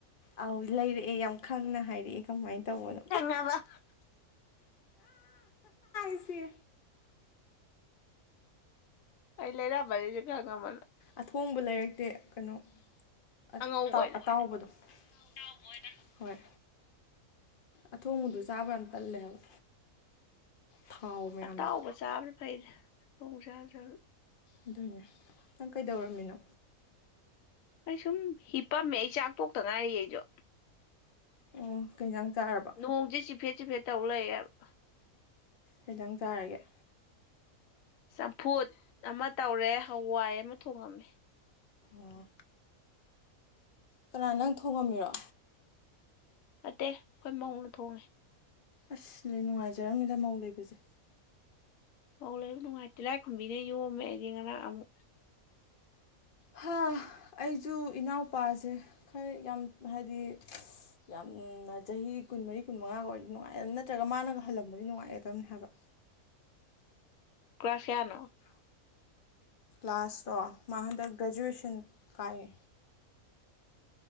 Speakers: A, on the left; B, on the left.
A: ꯑꯧ ꯂꯩꯔꯛꯑꯦ ꯌꯥꯝ ꯈꯪꯅ ꯍꯥꯏꯔꯛꯑꯦ ꯀꯃꯥꯏꯅ ꯇꯧꯕꯅꯣ
B: <unintelligible>
A: ꯏꯆꯦ
B: ꯑ ꯂꯩꯔꯝꯅꯤꯁꯨ ꯈ ꯉꯃꯜꯅ
A: ꯑꯊꯣꯡꯕ ꯂꯩꯔꯛꯇꯦ ꯀꯩꯅꯣ ꯑꯠ
B: ꯑꯉꯧꯕ
A: ꯇꯥ
B: ꯑꯣꯏꯅ
A: ꯑꯇꯥꯎꯕꯗꯣ ꯑꯇꯥꯎꯕ ꯑꯣꯏꯅ ꯍꯣꯏ ꯑꯊꯣꯡꯕꯗꯨ ꯆꯥꯕꯅ ꯇꯜꯂꯦꯕ ꯊꯥꯎ ꯃ
B: ꯑꯇꯥꯎꯕ
A: ꯑꯗ
B: ꯆꯥꯕꯅ ꯐꯩꯗ ꯈꯨꯣꯡ ꯆꯥꯖꯕ
A: ꯑꯗꯨꯅꯦ ꯅꯪ ꯀꯩꯗꯧꯔꯝꯃꯤꯅꯣ
B: ꯑꯩ ꯁꯨꯝ ꯍꯤꯄꯝꯃꯦ ꯑꯩ ꯆꯥꯛ ꯇꯣꯛꯇ ꯉꯥꯏꯔꯤ ꯑꯩꯖꯨ
A: ꯑꯣ ꯀꯩꯖꯥꯡ ꯆꯥꯔꯕ
B: ꯅꯣꯡꯖꯦ ꯆꯤꯐꯦꯠ ꯆꯤꯐꯦꯠ ꯇꯧ ꯂꯩꯔꯦ ꯍꯥꯢꯕ
A: ꯈꯤꯇꯪ ꯆꯥꯔꯒꯦ
B: ꯆꯝꯐꯨꯠ ꯑꯃ ꯇꯧꯔꯦ ꯍꯋꯥꯏ ꯑꯃ ꯊꯣꯡꯉꯝꯃꯦ
A: ꯑꯣ ꯀꯅꯥ ꯅꯪ ꯊꯣꯡꯉꯝꯃꯤꯔꯣ
B: ꯅꯠꯇꯦ ꯑꯩꯈꯣꯏ ꯃꯧꯅ ꯊꯣꯡꯉꯦ
A: ꯑꯁ ꯂꯩ ꯅꯨꯡꯉꯥꯏꯖꯔꯝꯃꯤꯗ ꯃꯧ ꯂꯩꯕꯁꯦ
B: ꯄꯧ ꯂꯩꯕ ꯅꯨꯡꯉꯥꯏꯇꯤꯂꯥꯏꯈꯨꯝꯕꯤꯅ ꯌꯣꯝꯃꯦ ꯑꯩꯗꯤ ꯉꯔꯥꯡ ꯑꯃꯨꯛ
A: ꯍꯥ ꯑꯩꯖꯨ ꯏꯅꯥꯎꯄꯥꯁꯦ ꯈꯔ ꯌꯥꯝ ꯍꯥꯏꯗꯤ ꯌꯥꯝꯅ ꯆꯍꯤ ꯀꯨꯟꯃꯔꯤ ꯀꯨꯟꯃꯉꯥꯒ ꯑꯣꯏꯔꯗꯤ ꯅꯨꯡꯉꯥꯏꯒꯗꯕ ꯅꯠꯇ꯭ꯔꯒ ꯃꯥꯅꯒ ꯍꯜꯂꯝꯃꯗꯤ ꯅꯨꯡꯉꯥꯏꯒꯗꯕꯅꯧ ꯍꯥꯏꯕ
B: ꯀ꯭ꯔꯥꯐꯤꯌꯥꯥꯟ
A: ꯀ꯭ꯂꯥꯁꯔꯣ ꯃꯥ ꯍꯟꯗꯛ ꯒ꯭ꯔꯦꯖꯨꯑꯦꯁꯟ ꯀꯥꯏꯑ